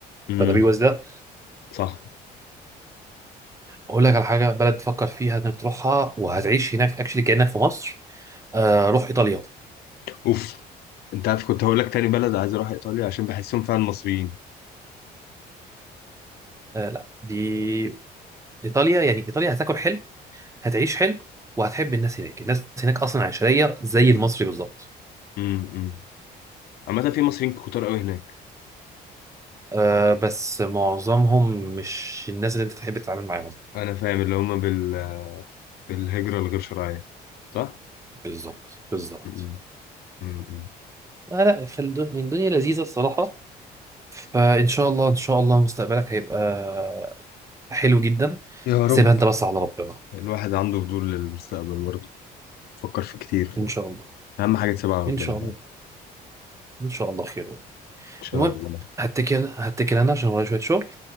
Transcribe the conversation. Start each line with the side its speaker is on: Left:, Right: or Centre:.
Left: امم
Right: فده بيوز ده
Left: صح
Right: اقول لك على حاجه بلد تفكر فيها انك تروحها وهتعيش هناك اكشلي كانك في مصر آه، روح ايطاليا
Left: أوف أنت عارف كنت هقول لك تاني بلد عايز أروح إيطاليا عشان بحسهم فعلا مصريين
Right: آه، لا دي ايطاليا يعني ايطاليا هتاكل حلو هتعيش حلو وهتحب الناس هناك الناس هناك اصلا عشريه زي المصري بالظبط
Left: امم أمم. عامة في مصريين كتار أوي هناك
Right: أه بس معظمهم مش الناس اللي انت تحب تتعامل معاهم
Left: انا فاهم اللي هم بال... بالهجرة الغير شرعية صح؟
Right: بالظبط بالظبط
Left: م- م- م.
Right: لا لا فالدنيا لذيذه الصراحه فان شاء الله ان شاء الله مستقبلك هيبقى حلو جدا
Left: يا
Right: سيبها
Left: رب
Right: انت بس على ربنا
Left: الواحد عنده فضول للمستقبل برضه فكر في كتير ف...
Right: ان شاء الله
Left: أهم حاجة تسيبها على
Right: ان
Left: ربنا
Right: شاء
Left: فعلا
Right: الله
Left: إن
Right: ان شاء الله خير
Left: شاء
Right: المهم
Left: الله
Right: هتكل هتكل انا عشان ورايا شويه شغل